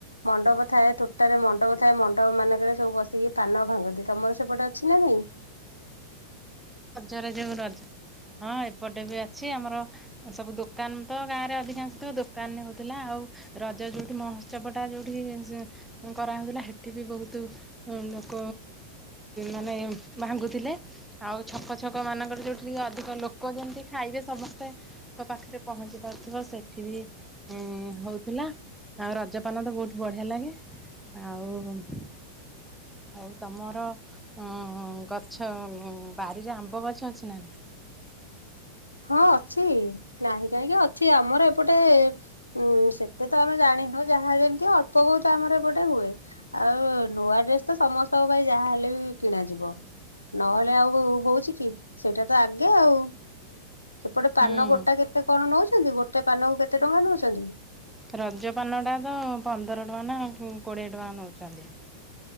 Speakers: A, on the left; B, in the centre.
A: ମଣ୍ଡପ ଥାଏ, ତୋଟାରେ ମଣ୍ଡପ ଥାଏ, ମଣ୍ଡପ ମାନଙ୍କରେ ସବୁ ବସିକି ପାନ ଭାଙ୍ଗନ୍ତି। ତମର ସେପଟେ ଅଛି ନା ନାଇଁ?
B: ରଜରେ ଯୋଉ ରଜ, ହଁ ଏପଟେ ବି ଅଛି। ଆମର ସବୁ ଦୋକାନତ ଗାଁରେ ଅଧିକାଂଶ ତ ଦୋକାନରେ ହଉଥିଲା। ଆଉ ରଜ ଯୋଉଠି ମହୋତ୍ସବଟା ଯୋଉଠି ଯେ କରାହଉଥିଲା, ହେଠି ବି ବହୁତ ହୁଁ ଲୋକ ମାନେ ଭାଙ୍ଗୁଥିଲେ। ଆଉ ଛକ ଛକ ମାନଙ୍କରେ, ଯୋଉଠିକି ଅଧିକ ଲୋକ ଯେମିତି ଖାଇବେ ସମସ୍ତେ ତାଙ୍କ ପାଖରେ ପହଞ୍ଚି ପାରୁଥିବ, ସେଠିବି ଇଁ ହଉଥିଲା। ଆଉ ରଜପାନ ତ ବହୁତ ବଢିଆ ଲାଗେ। ଆଉ ହଉ ତମର ଅଁ ଗଛ ଅଁ ବାରିରେ ଆମ୍ବ ଗଛ ଅଛି ନା?
A: ହଁ ଅଛି, ନାହିଁ କାହିଁକି ଅଛି, ଆମର ଏପଟେ ଉଁ ସେତେତ ଆମେ ଜାଣିନୁ, ଯାହା ଯେମିତି ଅଳ୍ପ ବହୁତ ଆମର ଏପଟେ ହୁଏ। ଆଉ ନୂଆ ଡ୍ରେସ ତ ସମସ୍ତଙ୍କ ପାଇଁ ଯାହାହେଲେବି କିଣା ଯିବ। ନହେଲେ ଆଉ ହଉଛି କି ସେଇଟା ତ ଆଗେ ଆଉ ସେପଟେ ପାନ
B: ହୁଁ
A: ଗୋଟା କେତେ କଣ ନଉଚନ୍ତି, ଗୋଟେ ପାନକୁ କେତେ ଟଙ୍କା ନଉଚନ୍ତି?
B: ରଜପାନଟା ତ ପନ୍ଦର ଟଙ୍କା ନା କୋଡ଼ିଏ ଟଙ୍କା ନଉଚନ୍ତି।